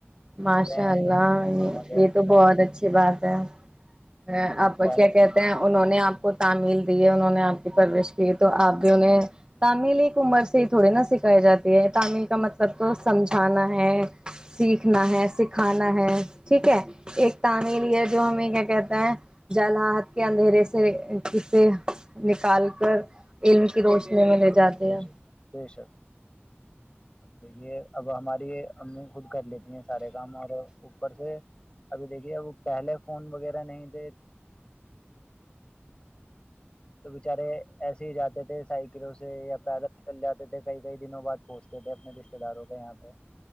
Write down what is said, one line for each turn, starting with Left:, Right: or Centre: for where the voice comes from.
Right: ماشاء
Left: گئے ہیں
Right: اللہ
Left: ماما کے یہاں
Right: یہ تو بہت اچھی بات ہے
Left: گئے اب
Right: آپ
Left: پہلے
Right: کیا کہتے ہیں انہوں نے آپ کو تعمل دی انہوں نے آپ کی پرورش کی تو آپ بھی انہیں تعمل ایک عمر سے تھوڑی نا سکھائے جاتی تعمل کا مطلب تو سمجھانا ہے سیکھ
Left: جی
Right: سنا ہے سکھانا ہے ٹھیک ہے
Left: جی
Right: ایک تعمل یہ جو ہمیں کہتے ہیں جل ہات کے اندھیرے سے کے نکال کر علم کی روشنی
Left: جی
Right: میں لے
Left: بے
Right: جاتے
Left: شک بے
Right: ہیں
Left: شک بے شک بے شک دیکھیے اب ہماری امی خود کر لیتی ہیں سارے کام اور اوپر سے ابھی دیکھیے اب پہلے فون وغیرہ نہیں <unintelligible> تو بچارے ایسے جاتے تھے سائیکلوں سے یا پیدل نکل جاتے تھے کئی کئی دنوں بعد پہچتے تھے اپنے رشتے داروں کے یہاں پہ